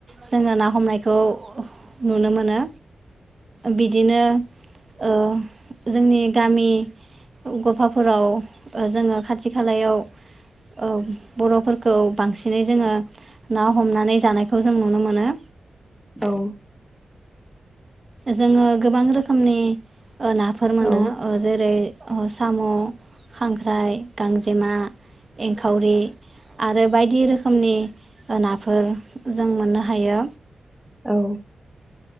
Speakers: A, on the right; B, in the centre.
A: जोङो ना हमनायखौ नुनो मोनो बिदिनो ओ जोंनि गामि गफाफोराव ओ जोङो खाथि खालायाव ओ बर'फोरखौ बांसि नै जोङो ना हमनानै जानायखौ जों नुनो मोनो।
B: औ
A: जोंङो गोबां रोखोमनि ओ नाफोर मोनो
B: औ
A: ओ जेरै साम, ' खांख्राइ, गांजेमा, एंखावरि आरो बायदि रोखोमनि नाफोर जों मोननो हा हायो
B: औ